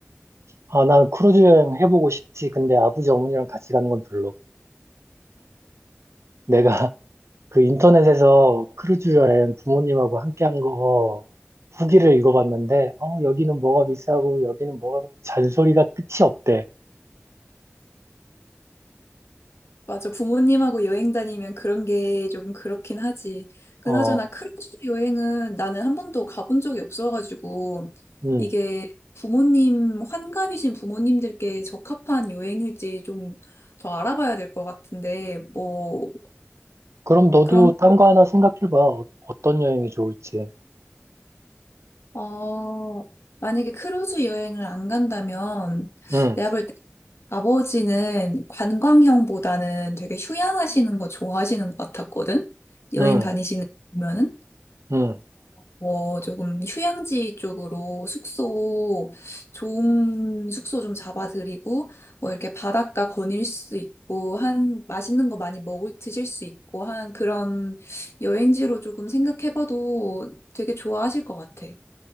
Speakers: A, on the right (about 75°); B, on the left (about 65°).
A: 아, 난 크루즈 여행 해보고 싶지. 근데 아버지 어머니랑 같이 가는 건 별로. 내가 <laughs> 그 인터넷에서 크루즈 여행 부모님하고 함께 한거 어, 후기를 읽어봤는데, 어, 여기는 뭐가 비싸고 여기는 뭐가 잔소리가 끝이 없대.
B: 맞아. 부모님하고 여행 다니면 그런 게 조금 그렇긴 하지. 그나저나
A: 어,
B: 크루즈 여행은 나는 한 번도 가본 적이 없어가지고
A: 음.
B: 이게 부모님, 환갑이신 부모님들께 적합한 여행일지 좀 더 알아봐야 될 것 같은데, 뭐,
A: 그럼 너도
B: 그런,
A: 딴 거 하나 생각해봐. 어, 어떤 여행이 좋을지.
B: 어, 만약에 크루즈 여행을 안 간다면
A: 응,
B: 내가 볼 때 아버지는 관광형보다는 되게 휴양하시는 거 좋아하시는 것 같았거든? 여행
A: 응,
B: 다니시는 거 보면은.
A: 응.
B: 뭐 조금 휴양지 쪽으로 숙소 좋은 숙소 좀 잡아드리고 뭐 이렇게 바닷가 거닐 수 있고 한 맛있는 거 많이 먹을 드실 수 있고 한 그런 여행지로 조금 생각해봐도 되게 좋아하실 것 같아.